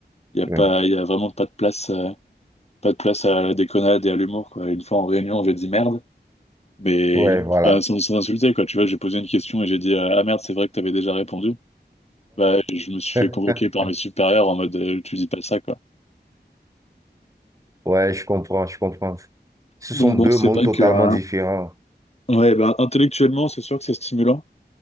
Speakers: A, on the left; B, on the right.
A: Il y a
B: Ouais.
A: pas, il y a vraiment pas de place, euh, pas de place à la déconnade et à l'humour, quoi. Une fois en réunion, j'ai dit merde. Mais
B: Ouais, voilà.
A: bah, sans, sans insulter, quoi. Tu vois, j'ai posé une question et j'ai dit euh, Ah merde, c'est vrai que t'avais déjà répondu. Bah, je me suis
B: <laughs>
A: fait convoquer par mes supérieurs en mode euh, Tu dis pas ça, quoi.
B: Ouais, je comprends, je comprends. Ce
A: Donc
B: sont deux
A: bon, c'est
B: mondes
A: vrai
B: totalement
A: que euh,
B: différents.
A: ouais, bah, intellectuellement, c'est sûr que c'est stimulant.